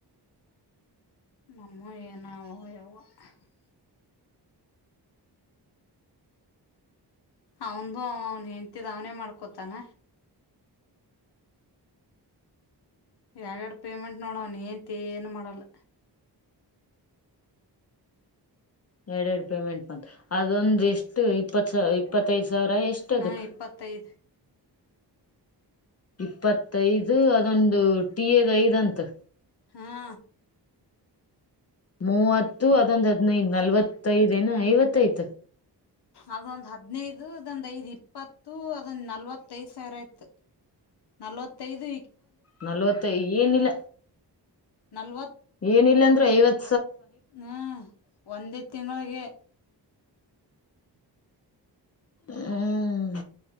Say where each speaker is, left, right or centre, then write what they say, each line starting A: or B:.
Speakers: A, on the left; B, on the left.
A: ಹ <inaudible> ಎಏ ನವು ಯುವಾ <unintelligible> ಅವ್ನದೂ ಅವ ಅವನ್ ಹೆಂಡ್ತಿ ಆಣೆ ಮಾಡ್ಕೊತಾನ ಎಡ್ ಎಡ್ಡ ಪೇಮೆಂಟ್ ನೋಡ ಅವ್ನ ಹೆಂಡ್ತಿ ಏನ್ ಮಾಡಲ್ಲ
B: ಎರಡ್ ಎರಡು ಪೇಮೆಂಟ್ ಮ ಅದೊಂದ ಇಷ್ಟು ಇಪ್ಪತ್ತು ಇಪ್ಪತ್ತೈದು ಸಾವಿರ ಎಷ್ಟ
A: ಹಾ
B: ಅದಕ್ಕ
A: ಇಪ್ಪತ್ತೈದು
B: ಇಪ್ಪತ್ತೈದು ಅದೊಂದು ಟಿ ಎದ ಐದ್ಂತ
A: ಹಾ
B: ಮೂವತ್ತು ಅದೊಂದು ಹದನೈದು ನಲ್ವತ್ತೈದ ನ ಐವತ್ತೈತ
A: ಅದೊಂದು್ ಹದ್ಿನೈದು ಅದು ಇದೊಂದ ಐದು ಇಪ್ಪತ್ತು ್ ನಲವತ್ತೈದು ಸಾವರ ಆಯ್ತು ನಲವತ್ತೈದು
B: ನಲ್ವತ್ತು ಏನಿಲ್ಲ
A: ನಲ್ವತ್
B: ಏನಿಲ್ಲಾಂದ್ರೆ ಐವತ್ತು
A: ಹ್ಮ ಒಂದೇ ತಿಂಗಳಿಗೆ
B: ಹ್ಮ್